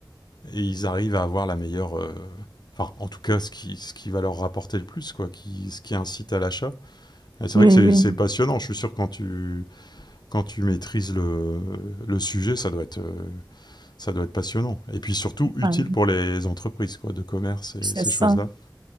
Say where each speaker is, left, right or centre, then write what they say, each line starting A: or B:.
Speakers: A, on the left; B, on the right.
A: et ils arrivent à avoir la meilleure, euh, enfin en tout cas, ce qui, ce qui va leur rapporter le plus, quoi, qui, ce qui incite à l'achat. Et C'est
B: Oui,
A: vrai que c'est-
B: oui.
A: c'est passionnant. Je suis sûr que quand tu, quand tu maîtrises le, le sujet, ça doit être, euh, ça doit être passionnant. Et puis surtout utile
B: Ouais,
A: pour les entreprises, quoi, de commerce et
B: C'est
A: ces
B: ça,
A: choses-là.